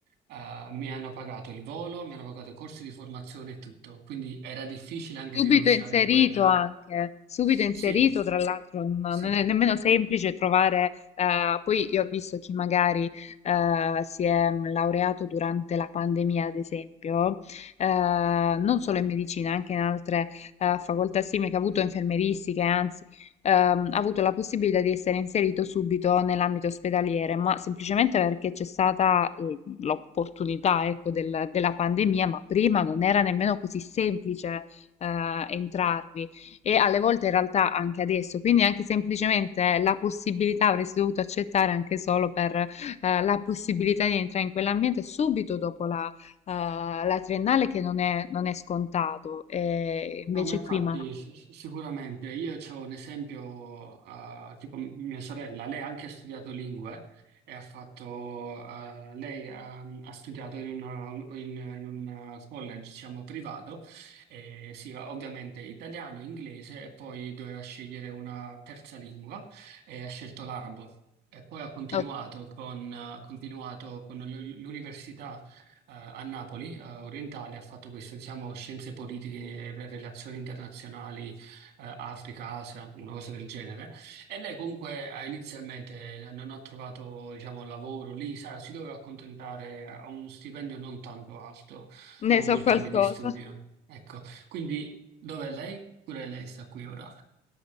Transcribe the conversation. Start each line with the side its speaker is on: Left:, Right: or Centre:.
Right: Eh, mi hanno pagato il volo, mi hanno pagato i corsi di formazione e tutto. Quindi era difficile anche
Left: Subito
Right: rinunciare
Left: inserito
Right: a quella.
Left: anche, subito
Right: Sì,
Left: inserito, tra l'altro non non
Right: sì.
Left: è nemmeno semplice trovare, eh, poi io ho visto chi magari eh, si è laureato durante la pandemia, ad esempio, eh, non solo in medicina, anche in altre eh, facoltà simili, che ha avuto infermieristiche, anzi, ehm, ha avuto la possibilità di essere inserito subito nell'ambito ospedaliere, ma semplicemente perché c'è stata eh, l'opportunità, ecco, del- della pandemia, ma prima non era nemmeno così semplice eh, entrarvi e alle volte in realtà anche adesso, quindi anche semplicemente eh, la possibilità avresti dovuto accettare anche solo per eh, la possibilità di entrare in quell'ambiente subito dopo la, eh, la triennale che non è, non è scontato e invece
Right: No, ma infatti
Left: qui manca.
Right: s- s- sicuramente io ho un esempio, eh, tipo m- mia sorella, lei anche ha studiato lingue e ha fatto, eh, lei ha, ha studiato in, una- in- in un college, diciamo, privato, e sì, ovviamente italiano, inglese e poi doveva scegliere una terza lingua e ha scelto l'arabo. E poi ha continuato
Left: Oh,
Right: con, ha continuato con l- l'università eh, a Napoli, eh, orientale, ha fatto questo, diciamo, scienze politiche, re- relazioni internazionali, eh, Africa, Asia, una cosa del genere. E lei comunque eh, inizialmente eh, non ha trovato, diciamo, lavoro lì, sa, si doveva accontentare a un stipendio non tanto alto, dopo
Left: ne so
Right: molti
Left: qualcosa.
Right: anni di studio. Ecco, quindi dov'è lei? Pure lei sta qui ora. <laughs>